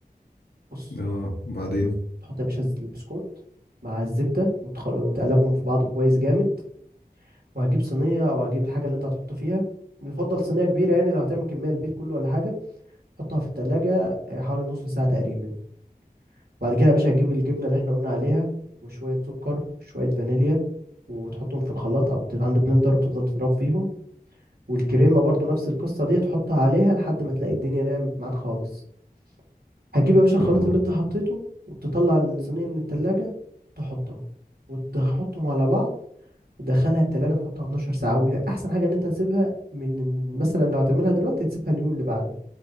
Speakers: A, on the right (about 75°); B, on the left (about 85°).
A: بص
B: اه وبعدين
A: تحط يا باشا الز- البسكوت مع الزبدة وتخل... وتقلبهم في بعض كويس جامد وهجيب صينية أو هجيب الحاجة اللي أنت هتحط فيها يفضل صينية كبيرة يعني لو هتعمل كمية البيت كله ولا حاجة حطها في التلاجة آه، حوالي نص ساعة تقريبا بعد كده يا باشا هتجيب الجبنة اللي احنا قلنا عليها وشوية سكر وشوية فانيليا وتحطهم في الخلاط أو الهاند بلندر وتفضل تضرب فيهم والكريمة برضو نفس القصة دي تحطها عليها لحد ما تلاقي الدنيا نعمت معاك خالص هتجيب يا باشا الخليط
B: اه
A: اللي انت حطيته وتطلع الصينية من التلاجة تحطها وتحطهم على بعض وتدخلها التلاجة تحطها 12 ساعة وهي أحسن حاجة إن أنت تسيبها من مثلا لو هتعملها دلوقتي تسيبها اليوم اللي بعده